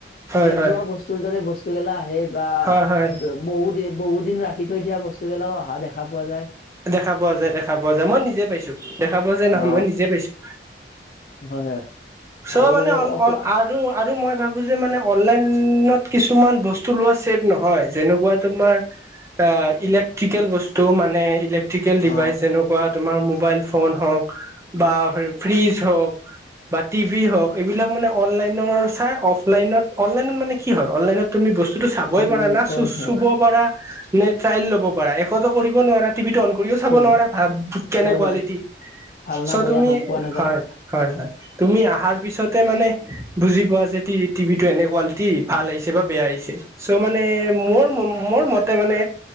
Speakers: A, on the right (about 15°); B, on the left (about 45°).
A: হয়
B: মেজ
A: হয়
B: যোৱা বস্তুৰ দৰে বস্তু গিলা আহে বা
A: হয় হয়
B: বহুত বহুত দিন ৰাখি থৈ দিয়া বস্তুগিলাও অহা দেখা পোৱা যায়।
A: দেখা পোৱা যায় দেখা পোৱা যায় মই নিজে পাইছোঁ দেখা পোৱা যায়।
B: অ
A: মই নিজে পাইছোঁ।
B: হয় হয়
A: চব
B: আৰু
A: মানে অ
B: অফলা
A: অ আৰু। আৰু মই ভাবোঁ যে মানে অনলাইনত কিছুমান বস্তু লোৱা ছেভ নহয় যেনেকুৱা। তোমাৰ এ ইলেকট্ৰিকেল বস্তু মানে ইলেকট্ৰিকেল ডিভাইচ
B: অ
A: যেনেকুৱা তোমাৰ। মোবাইল ফোন হওঁক বা ফ্ৰীজ হওঁক বা। টিভি হওক এইবিলাক মানে অনলাইনৰ চাই অফলাইনত অনলাইনত মানে কি হয় অনলাইনত তুমি বস্তু চাবই
B: অফলাইনত
A: পাৰা না
B: হয়
A: চুব
B: হয়
A: পাৰা নে ট্ৰাইল ল'ব পাৰা একতো কৰিব নোৱাৰা টিভি টো অন কৰিও চাব
B: সেই
A: নোৱাৰা ভাল কেনে
B: হয়
A: কোৱালিটি
B: হয় ভাল না
A: চ'
B: বয়া
A: তুমি
B: গম পোৱা নাযায়।
A: হয় হয় হয় তুমি আহাৰ পিছতে মানে বুজি পোৱা যে টিভি টো এনে কোৱালিটি ভাল আহিছে বা বেয়া আহিছে চ' মানে মোৰ মোৰ মতে মানে